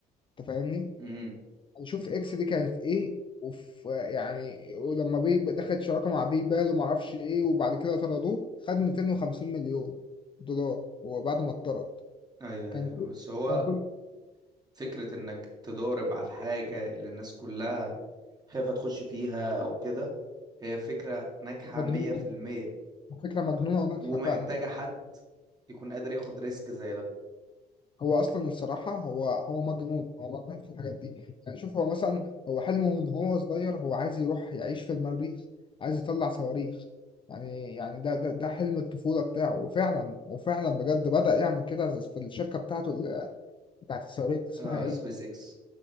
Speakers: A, on the left; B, on the right.
A: انت فاهمني؟
B: امم
A: نشوف اكس دي كانت ايه وف يعني ولما بي دخلت شراكه مع باي بال وما اعرفش ايه وبعد كده طردوه خد 250 مليون دولار هو بعد ما اتطرد
B: ايوه
A: كان
B: أيوة.
A: كل-
B: بس هو
A: كان كل
B: فكرة انك تضارب على الحاجة اللي الناس كلها خايفة تخش فيها او كده هي فكرة ناجحة
A: مجنون
B: مية في المية
A: فكره مجنونه وناجحه
B: ومحتاجة
A: فعلا
B: حد يكون قادر ياخد ريسك زي ده
A: هو اصلا الصراحه هو هو مجنون هو مجنون في الحاجات دي يعني شوف هو مثلا هو حلمه من هو صغير هو عايز يروح يعيش في المريخ عايز يطلع صواريخ يعني يعني ده ده ده حلم الطفولة بتاعه وفعلا وفعلا بجد بدأ يعمل كده في الشركة بتاعته بتاعت الصاروخ اسمها
B: اه
A: ايه
B: سبيس اكس